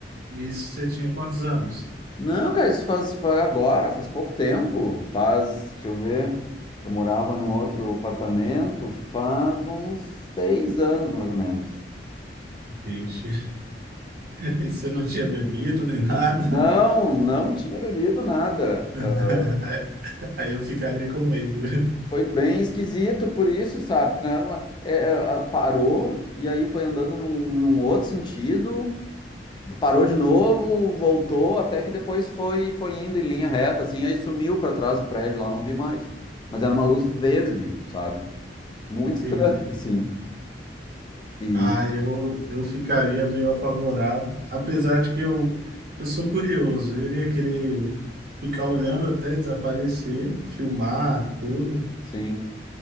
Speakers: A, on the right; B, on the left.
A: E Isso, você tinha quantos anos?
B: Não, cara, isso faz, foi agora, faz pouco tempo. Faz, deixa eu ver, eu morava num outro apartamento faz uns seis anos, mais ou menos.
A: Vixe. E se não tinha bebido nem nada,
B: Não, não tinha bebido nada.
A: <laughs>
B: Ah,
A: aí aí eu ficaria com medo.
B: Foi bem esquisito por isso, sabe? Que não era uma- é, é, ah, parou e aí foi andando num, num outro sentido, parou de novo, voltou, até que depois foi, foi indo em linha reta, assim, aí sumiu para trás do prédio lá, não vi mais. Mas era uma luz verde, sabe? Muito
A: Sim.
B: estranho, <laughs> sim. E
A: Ah, eu, eu ficaria meio apavorado, apesar de que eu, eu sou curioso, eu iria querer ficar olhando até desaparecer, filmar tudo,
B: sim.